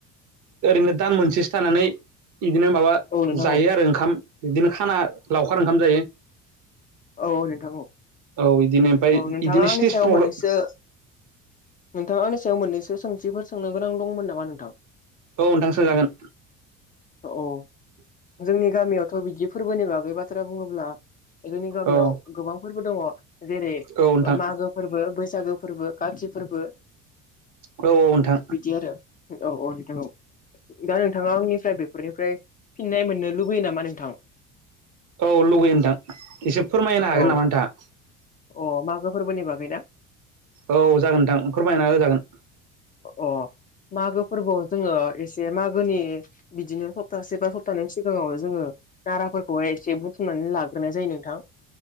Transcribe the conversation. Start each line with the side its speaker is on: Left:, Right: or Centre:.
Right: ओरैनो दान मोनसेसो थानानै। बिदिनो माबा
Left: औ नोंथां
Right: जायो
Left: औ
Right: आरो ओंखाम बिदिनो खाना लावखार ओंखाम जायो।
Left: औ नोंथां
Right: औ इदिनो ओमफ्राय
Left: औ नोंथाङा
Right: इदिनो
Left: आंनि
Right: स्टेज
Left: सायाव
Right: प्रग्राम
Left: मोननैसो। नोंथाङानि सायाव मोननैसो सोंथिफोर सोंनो गोनां दंमोन नामा नोंथां?
Right: औ नोंथां सोंजागोन।
Left: औ जोंनि गामियावथ' बिदि फोरबोनि बागै बाथ्रा बुङोब्ला। जोंनि गामियाव
Right: औ
Left: गोबां फोरबो दङ जेरै
Right: औ नोंथां
Left: मागो फोरबो बैसागो फोरबो। गाथि फोरबो
Right: औ नोंथां
Left: बिदि आरो औ औ नोंथां औ। दा नोंथाङा आंनिफ्राय बेफोरनिफ्राय फिननाय मोननो लुबैयो नामा नोंथां?
Right: औ लुगैयो नोंथां एसे फोरमायनो हागोन
Left: औ
Right: नामा नोंथाङा?
Left: अ मागो फोरबोनि बागै ना।
Right: औ जागोनथां फोरमायना होजागोन।
Left: अ मागो फोरबोआव जोङो एसे मागोनि बिदिनो सप्तासे बा सप्तानै सिगाङाव जों। ङो नाराफोरखौहाय एसे बुथुमनानै लाग्रोनाय जायो नोंथां।